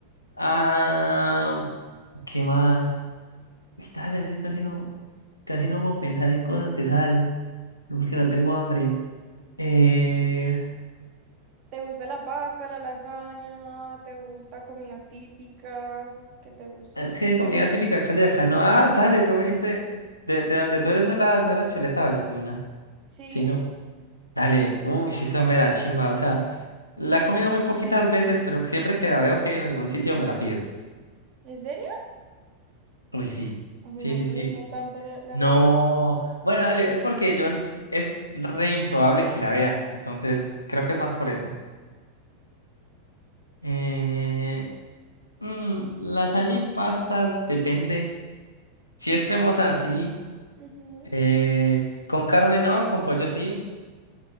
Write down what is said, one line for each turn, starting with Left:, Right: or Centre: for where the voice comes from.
Left: Ah, ¿qué más? Uy, Dale, es que casi no, casi no puedo pensar en cosas de sal, no, porque no tengo hambre. Eh,
Right: ¿Te gusta la pasta, la lasaña? ¿Te gusta comida típica? ¿Qué te gusta?
Left: es que comida típica casi de acá, no. Ah, dale, tú me diste. De, de donde tú eres no la, no la chuleta valluna.
Right: ¿Sí?
Left: Sí, no. Dale, uy, eso me da chimba. O sea, la he comido muy poquitas veces, pero siempre que la veo que hay en algún sitio me la pido.
Right: ¿En serio?
Left: Uy, sí.
Right: A mí
Left: Sí,
Right: no
Left: sí,
Right: me
Left: sí.
Right: gusta tanto la... la-
Left: No.
Right: la-
Left: Bueno, dale, es porque yo l- es re improbable que la vea. Entonces, creo que es más por eso. Eh, Mm, lasaña y pastas, depende. Si es cremosa, sí.
Right: Ujú, ujú.
Left: Eh, con carne, no. Con pollo, sí.